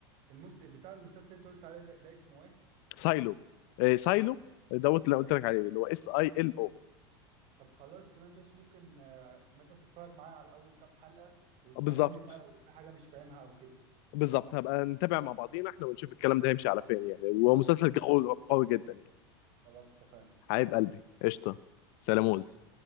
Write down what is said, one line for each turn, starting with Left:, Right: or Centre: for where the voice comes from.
Right: المس... بتاع المسلسل اللي انت قلت عليه ده, ده اسمه ايه
Left: سايلو إيه، سايلو دوت اللي قلت لك عليه اللي هو اس اي ال او
Right: طب خلاص تمام ماشي ممكن آه، مثلا تتفرج معايا على اول كام حلقة وتفهمني
Left: بالظبط
Right: بقى لو في حاجة مش فاهمها او كده
Left: بالظبط هبقى نتابع مع بعضينا احنا ونشوف الكلام ده هيمشي على فين يعني ومسلسل
Right: خلاص اتفقنا
Left: قوي قوي جدا يعني
Right: خلاص اتفقنا
Left: حبيب قلبي قشطه سلاموز